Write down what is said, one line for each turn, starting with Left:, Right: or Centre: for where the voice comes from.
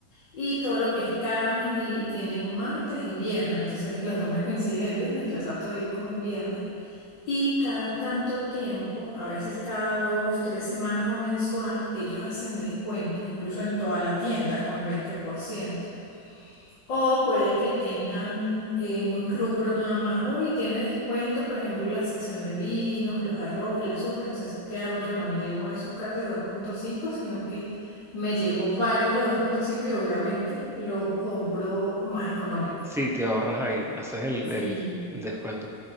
Left: y todo lo que es carnes y tienen martes y viernes, entonces los dos me coinciden el viernes y yo trato de ir como en viernes. Y cada tanto tiempo, a veces cada dos, tres semanas o mensual, ellos hacen descuentos, incluso en toda la tienda con el veinte por ciento o puede que tengan en un rubro nada más, hoy tiene descuento, por ejemplo, la sección de vinos, los arroz, el azúcar. Entonces, ¿qué hago yo? No me llevo un azúcar de dos punto cinco sino que me llevo varios de dos punto cinco y obviamente lo compro más económico.
Centre: sí, te ahorras ahí, haces el,
Left: Sí,
Centre: el, el descuento.